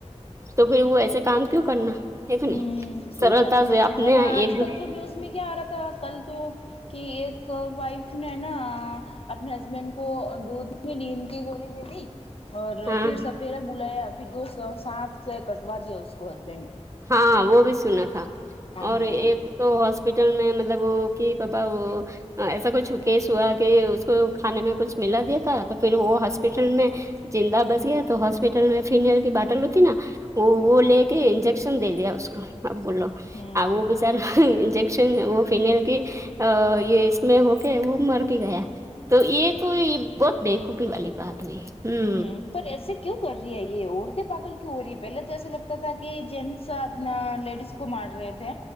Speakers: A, on the right; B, on the left.
A: تو پھر وہ ایسے کام کیوں کرنا ایک نہیں
B: ہوں صحیح
A: سرلتا
B: بات
A: سے آپ نے
B: ہے نا
A: ایک
B: آج کل تو نیوز میں کیا آ رہا تھا کل تو کہ ایک وائف نے نا اپنے ہسبینڈ کو دودھ میں نین کی گولی دے دی اور
A: ہاں
B: پھر سفیرا بلایا پھر دوست سانپ سے کٹوا دیا اس کو ازدے نے
A: ہاں وہ بھی سنا تھا اور
B: ہاں
A: ایک تو ہاسپٹل میں مطلب وہ کی پپا وہ ایسا کچھ کیس ہوا کہ اس کو کھانے میں کچھ ملا دیا تھا تو پھر وہ ہاسپٹل میں زندہ بچ گیا تو ہاسپٹل میں فینل کی باٹل ہوتی نا وہ
B: ہوں
A: وہ لے کے انج کشن دے دیا اس کو اب بولو
B: ہوں
A: وہ بیچار انجیکشن وہ فنیل کی ا یے اس میں ہو کے وہ مر بھی گیا تو یے تو بہت بےقوفی والی بات ہوئی ہوں
B: ہمم پر ایسے کیوں کر رہی ہے یے عورتیں پاگل کیوں ہو رہی ہے پہلے تو ایسا لگتا تھا کی جینس اپنا لیڈیز کو مار رہے تھے